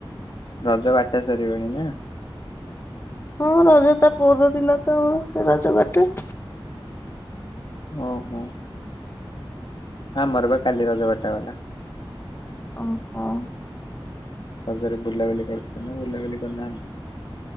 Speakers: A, on the left; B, on the left.
A: ରଜ ବାଟା ସରିବଣି ନା।
B: ହଁ ରଜ ତା ପର ଦିନ ତ ରଜ ବାଟୁଅନ୍ତି।
A: ଓହୋ। ଆମରପା କାଲି ରଜ ବାଟା ଗଲା।
B: ଓହୋଃ।
A: ରଜରେ ବୁଲାବୁଲି କରିଛନ୍ତି ନା ବୁଲାବୁଲି କରିନାହାନ୍ତି?